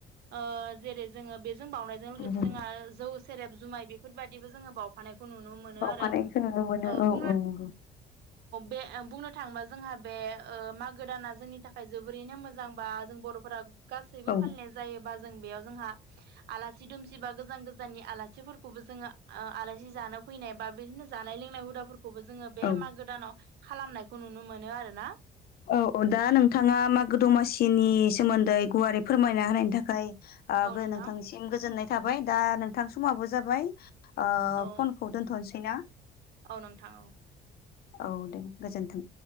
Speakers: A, on the right; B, on the left.
A: ओ जेरै जोङो बेजों बावउनायजों लोगोसे
B: जों
A: जोंहा जौ सेरेब जुमाय बेफोरबायाददिबो जोङो बाव फानायखौ नुनो मोनो
B: बावफानायखौ
A: आरो ओ
B: नुनो मोनो औ
A: बुंनो
B: औ नंगौ
A: बे बुंनो थाङोबा जोंहा बे मागो दाना जोंनि थाखाय जोबोरैनो मोजां मोजांबा जों बर'फोरा गासैबो
B: औ
A: फालिनाय जायोबा जों बेयाव जोंहा सि दुमसिबा गोजान गोजान नि आलासिफोरखौबो जोङो आलासि जानो फैनाय बा बिदिनो जानाय लोंनाय हुदाफोरखौ खौबो जोङो बे
B: औ
A: मागो दानाव खालामनायखौ नुनो मोनो आरोना
B: औ औ दा नोंथाङा मागो दमासिनि सोमोन्दै गुवारै फोरमायना होनायनि थाखाय ओ
A: औ नोंथां
B: नोंथांनिसिम गोजोननाय थाबाय दा नोंथां समाबो जाबाय ओ
A: औ
B: फनखौ दोन्थ'नोसै ना
A: औ नोंथां औ
B: औ दे गोजोन्थों